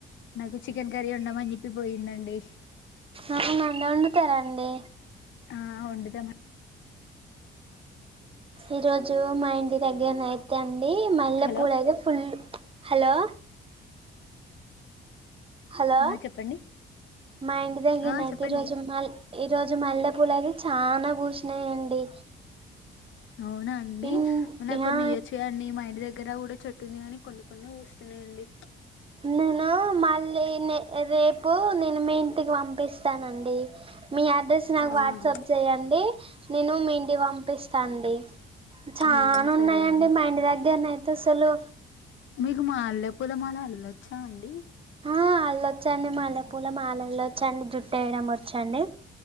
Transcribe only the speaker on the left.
నాకు చికెన్ కర్రీ వండమని చెప్పి పోయిందండి.
ఆ వండుత మండి
హలో
ఆ చెప్పండి
ఆ
చెప్పండి
అవున అండి
నాకు కొన్ని
ఇయోచ్చు కదాండి మా ఇంటి దగ్గర కూడా చెట్టు ఉంది కాని కొన్ని కొన్ని పూస్తున్నయండి
ఆహా
ఆ సరే
అండి
మీకు మాల్లె పూలమాల అల్లొచ్చాండి